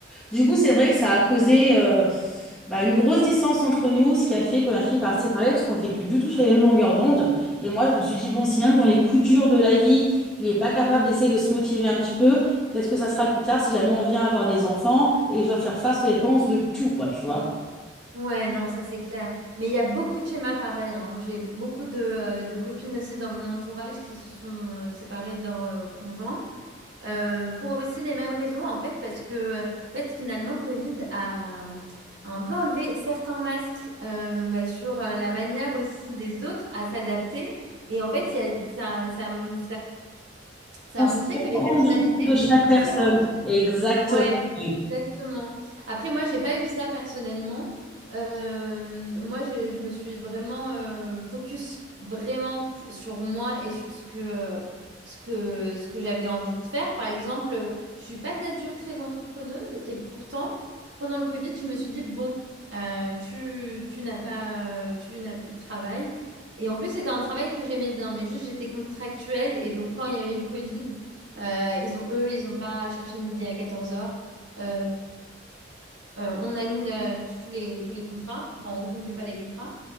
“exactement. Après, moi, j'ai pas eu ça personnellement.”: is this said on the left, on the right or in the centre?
Right